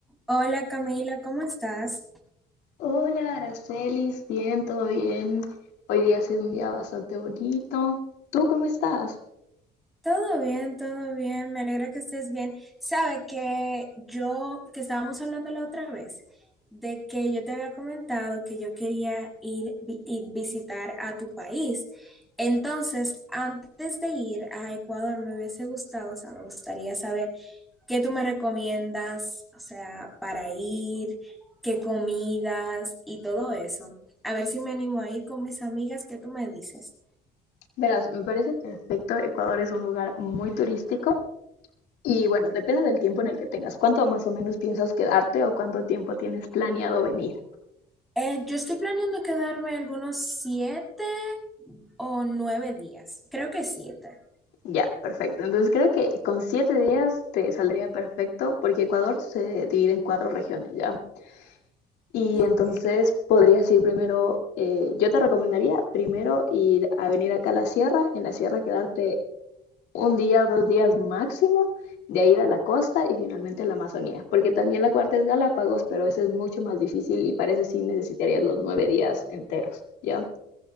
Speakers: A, in the centre; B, on the left.
A: Hola Camila, ¿cómo estás?
B: Hola, Aracelis, bien, todo bien. Hoy día ha sido un día bastante bonito. ¿Tú cómo estás?
A: Todo bien, todo bien, me alegra que estés bien. Sabe que yo, que estábamos hablando la otra vez, de que yo te había comentado que yo quería ir vi- y visitar a tu país. Entonces, antes de ir a Ecuador, me hubiese gustado, o sea, me gustaría saber qué tú me recomiendas, o sea, para ir, qué comidas y todo eso. A ver si me animo a ir con mis amigas, ¿qué tú me dices?
B: Verás, me parece perfecto. Ecuador es un lugar muy turístico y bueno, depende del tiempo en el que tengas. ¿Cuánto más o menos piensas quedarte o cuánto tiempo tienes planeado venir?
A: Eh, yo estoy planeando quedarme algunos siete o nueve días. Creo que siete.
B: Ya, perfecto. Entonces creo que con siete días te saldría perfecto porque Ecuador se divide en cuatro regiones ya. Y
A: Ok,
B: entonces podrías ir primero, eh, yo te recomendaría primero ir a venir acá a la sierra, en la sierra quedarte un día, dos días máximo, de ahí ir a la costa y finalmente a la Amazonía, porque también la cuarta es Galápagos, pero esa es mucho más difícil y parece sí necesitarías los nueve días enteros, ¿ya?